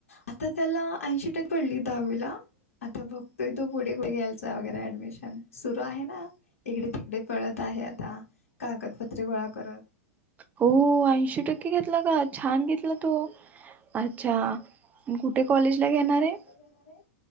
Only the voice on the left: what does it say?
आता त्याला ऐंशी टक्क पडले दहावीला. आता बघतोय तो पुढे पुढे घ्यायचा वगैरे ऍडमिशन सुरू आहे ना इकडे तिकडे पळत आहे आता कागदपत्रे गोळा करत. कुठे
कॉलेजला
घेणार आहे